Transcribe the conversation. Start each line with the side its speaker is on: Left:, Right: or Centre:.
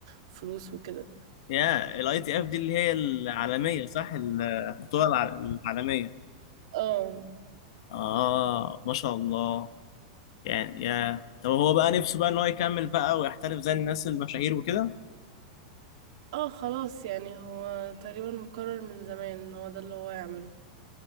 Right: فلوس وكده
Left: يا الاي تي اف دي اللي هي العالمية صح البطولة الع- العالمية
Right: اه
Left: اه ما شاء الله يعني يا طب هو بقى نفسه بقى ان هو يكمل بقى ويحترف زي الناس المشاهير وكده
Right: اه خلاص يعني هو تقريبا مقرر من زمان ان هو ده اللي هو يعمله